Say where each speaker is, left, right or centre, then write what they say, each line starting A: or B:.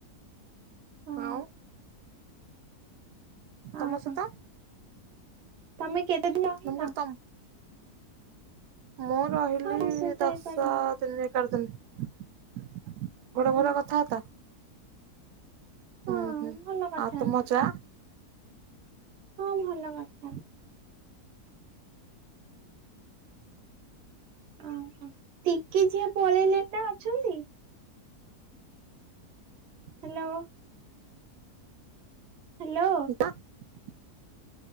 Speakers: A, on the right; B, on the right.
A: ହଁ
B: ଆଉ
A: ଆଉ
B: ତମ
A: କଣ
B: ସହିତ।
A: ତମେ କେତେ <unintelligible> ରହିଲ।
B: ମୁଁ କହିଲି ତମ ମୁଁ ରହିଲି
A: ହଁ ମୋ ସହିତ
B: ଦଶ
A: ଏଇପା ଗଲା।
B: ଦିନି ଏଗାର ଦିନି। ଗୋଟେ
A: ଓ
B: <unintelligible> କଥା ବାର୍ତ୍ତା
A: ହଁ
B: ହୁଁ ହୁଁ
A: ଭଲ କଥାବାର୍ତ୍ତା।
B: ଆଉ ତମ ଜାଆ?
A: ହଁ ଭଲ କଥା। ଅହ ଟିକି ଝିଅ ପଳେଇଲେଣି ନା ଅଛନ୍ତି? ହ୍ୟାଲୋ। ହ୍ୟାଲୋ।
B: <unintelligible>